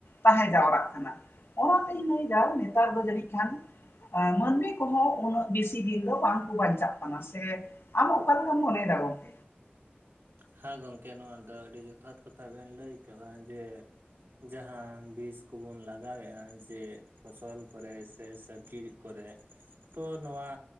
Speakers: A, on the left; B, on the right.
A: ᱛᱟᱦᱮᱸ ᱡᱟᱣᱨᱟᱜ ᱠᱟᱱᱟ ᱚᱱᱟᱛᱤᱧ ᱞᱟᱹᱭ ᱫᱟ ᱱᱮᱛᱟᱨ ᱫᱚ ᱡᱟᱹᱱᱤᱡ ᱠᱷᱟᱱ ᱮᱸ ᱢᱟᱹᱱᱢᱤ ᱠᱚᱦᱚᱸ ᱩᱱᱟᱹᱜ ᱵᱤᱥᱤ ᱫᱤᱱ ᱫᱚ ᱵᱟᱝ ᱠᱚ ᱵᱟᱧᱪᱟᱜ ᱠᱟᱱᱟ ᱥᱮ ᱟᱢ ᱚᱠᱟ ᱞᱮᱠᱟᱢ ᱢᱚᱱᱮᱭ ᱫᱟ ᱜᱚᱝᱠᱮ
B: ᱦᱮᱸ ᱜᱚᱝᱠᱮ ᱱᱚᱣᱟ ᱫᱚ ᱟᱹᱰᱤ ᱡᱚᱛᱷᱟᱛ ᱠᱟᱛᱷᱟ ᱵᱮᱱ ᱞᱟᱹᱭ ᱠᱟᱫᱟ ᱡᱮ ᱡᱟᱦᱟᱸ ᱵᱤᱥ ᱠᱚᱵᱚᱱ ᱞᱟᱜᱟᱣᱮᱜ-ᱟ ᱡᱮ ᱯᱷᱚᱥᱚᱞ ᱠᱚᱨᱮ ᱥᱮ ᱥᱟᱹᱵᱽᱡᱤ ᱠᱚᱨᱮ ᱛᱚ ᱱᱚᱣᱟ